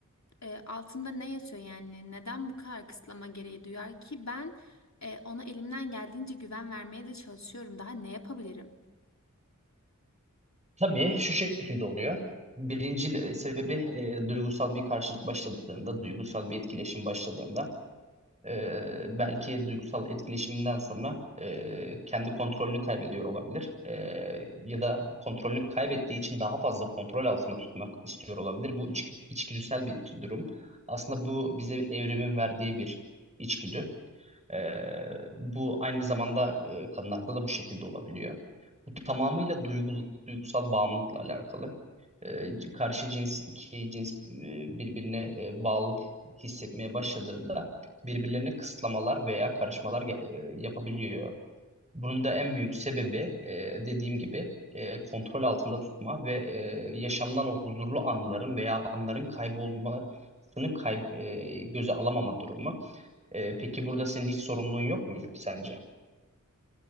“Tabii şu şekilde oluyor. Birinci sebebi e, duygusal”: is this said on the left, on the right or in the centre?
Right